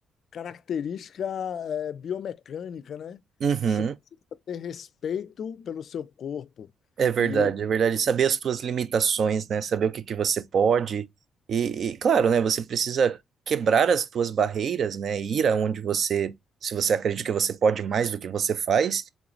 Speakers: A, on the left (about 55°); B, on the right (about 60°).
A: característica é, biomecânica, né?
B: Uhum,
A: Você precisa ter respeito pelo seu corpo
B: é verdade,
A: e ele
B: é verdade. Saber as tuas limitações, né? Saber o que que você pode. E, e, claro, né? Você precisa quebrar as tuas barreiras, né? Ir aonde você, se você acredita que você pode mais do que você faz,